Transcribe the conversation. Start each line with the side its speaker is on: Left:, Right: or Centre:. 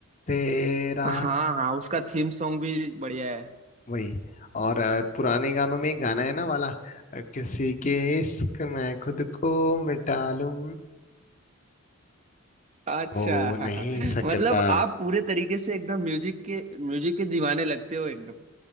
Left: तेरा
Right: हाँ हाँ उसका थीम सॉन्ग भी बढ़िया है
Left: वही और अ, पुराने गानों में एक गाना है ना वाला अ, किसी के इश्क में खुद को मिटा लूं
Right: अच्छा
Left: हो
Right: <laughs>
Left: नहीं सकता
Right: मतलब आप पूरे तरीके से एकदम म्यूजिक के म्यूजिक के दीवाने लगते हो एकदम